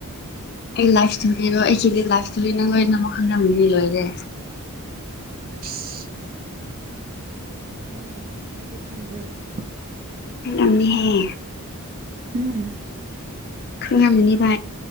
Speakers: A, on the left (about 45°); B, on the right (about 40°).
A: ꯑꯩ ꯂꯥꯏꯐꯇꯨꯕꯤꯔꯣ ꯑꯩꯁꯤꯗꯤ ꯂꯥꯏꯐꯇꯨꯕꯤ ꯅꯪ ꯂꯣꯏꯅꯃꯛꯨꯛ ꯈꯪꯉꯃꯤꯅꯤ ꯂꯣꯏꯔꯦ
B: <unintelligible> <unintelligible>
A: ꯑꯍꯦ
B: ꯎꯝ
A: ꯈꯉꯥ ꯃꯅꯤꯕ